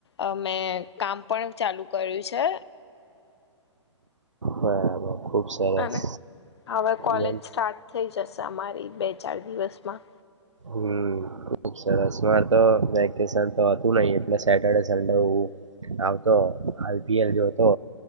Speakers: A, on the left; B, on the right.
A: અ મેં કામ પણ ચાલુ કર્યું છે
B: બરાબર ખુબ સરસ
A: અને હવે કોલેજ
B: મન-
A: સ્ટાર્ટ થઈ જશે અમારી બે ચાર દિવસમાં
B: હમ ખુબ સરસ મારે તો વેકેશન તો હતું નઈ એટલે સેટરડે સડે હું આવતો આઈ પી એલ જોતો